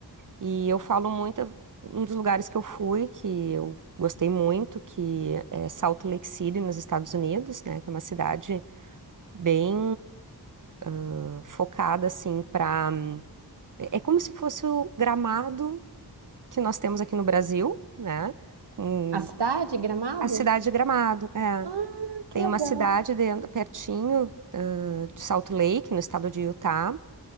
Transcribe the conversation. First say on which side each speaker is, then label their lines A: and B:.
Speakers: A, on the right; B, on the right.
A: E eu falo muito, um dos lugares que eu fui, que eu gostei muito, que é Salt Lake City, nos Estados Unidos, né? Que é uma cidade bem ah, focada, assim, para... É como se fosse o Gramado que nós temos aqui no Brasil, né? com
B: A cidade, Gramado?
A: a cidade de Gramado, é.
B: Ah, que
A: Tem
B: legal.
A: uma cidade dentro, pertinho, ah, de Salt Lake, no estado de Utah,